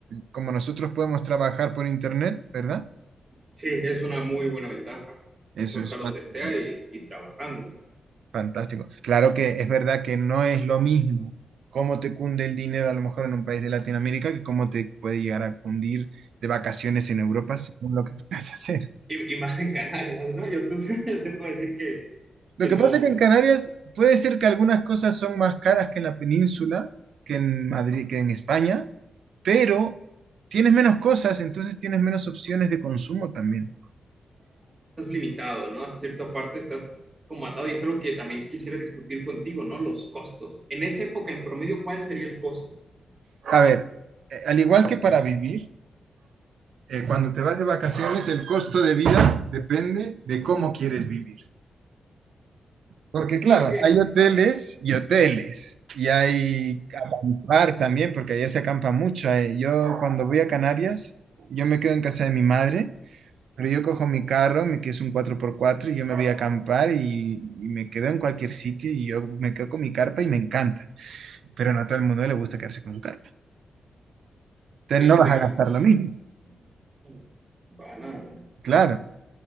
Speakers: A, on the right; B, on the right.
A: como nosotros podemos trabajar por internet, ¿verdad?
B: Sí, es una muy buena ventaja.
A: Eso
B: Puedo estar
A: es.
B: donde
A: fantástico.
B: sea y, y trabajando.
A: Fantástico. Claro que es verdad que no es lo mismo cómo te cunde el dinero a lo mejor en un país de Latinoamérica que cómo te puede llegar a cundir de vacaciones en Europa según lo que <laughs> quieras hacer.
B: Y, y más en Canarias, ¿no? Yo, tú- <laughs> yo te puedo decir que,
A: Lo
B: que
A: que
B: no
A: pasa es que en Canarias puede ser que algunas cosas son más caras que en la península, que en Madrid, que en España, pero tienes menos cosas, entonces tienes menos opciones de consumo también.
B: estás limitado, ¿no? A cierta parte estás como atado y es algo que también quisiera discutir contigo, ¿no? Los costos. En esa época, en promedio, ¿cuál sería el costo? <laughs>
A: A ver, eh, al igual que para vivir, eh, cuando te vas de vacaciones, el costo de vida depende de cómo quieres vivir. Porque claro,
B: Que
A: hay hoteles y hoteles, y hay acampar también, porque allá se acampa mucho. ahí. Yo cuando voy a Canarias, yo me quedo en casa de mi madre, pero yo cojo mi carro, mi- que es un cuatro por cuatro y yo me voy a acampar y, y me quedo en cualquier sitio y yo me quedo con mi carpa y me encanta. Pero no a todo el mundo le gusta quedarse con su carpa. Entonces
B: hay
A: no
B: gente
A: vas
B: que
A: a
B: le
A: gastar
B: incomoda.
A: lo mismo,
B: ¿no? Para nada.
A: claro.